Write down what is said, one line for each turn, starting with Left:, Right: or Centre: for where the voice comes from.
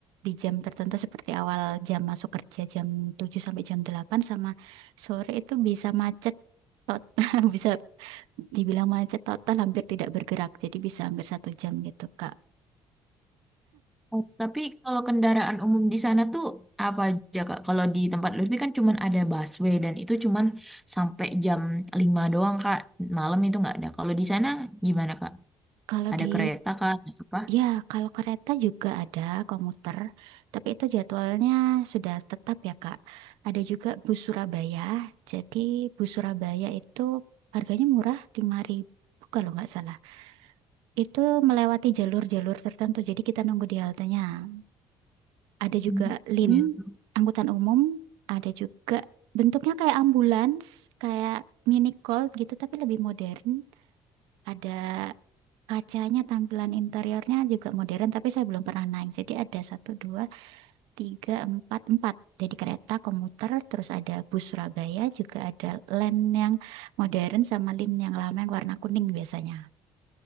Right: di jam tertentu seperti awal jam masuk kerja jam tujuh sampai jam delapan sama sore itu bisa macet total, <laughs> bisa dibilang macet total hampir tidak bergerak. Jadi bisa hampir satu jam gitu, Kak.
Centre: Oh, Tapi kalau kendaraan umum di sana tuh apa aja Kak? Kalau di tempat Lutfi kan cuman ada busway dan itu cuman sampai jam lima doang Kak. Malam itu nggak ada. Kalau di sana gimana Kak?
Right: Kalau
Centre: Ada
Right: di
Centre: kereta Kak? Ada apa?
Right: ya kalau kereta juga ada komuter, tapi itu jadwalnya sudah tetap ya Kak. Ada juga bus Surabaya. Jadi bus Surabaya itu harganya murah 5.000 kalau nggak salah. Itu melewati jalur-jalur tertentu. Jadi kita nunggu di haltenya. Ada juga
Centre: Hmm,
Right: Lin,
Centre: Gitu.
Right: angkutan umum, ada juga bentuknya kayak ambulans, kayak mini Colt gitu tapi lebih modern. Ada Kacanya, tampilan interiornya juga modern, tapi saya belum pernah naik. Jadi ada satu, dua, tiga, empat, empat. Jadi kereta komuter, terus ada bus Surabaya, juga ada line yang modern sama line yang lama yang warna kuning biasanya.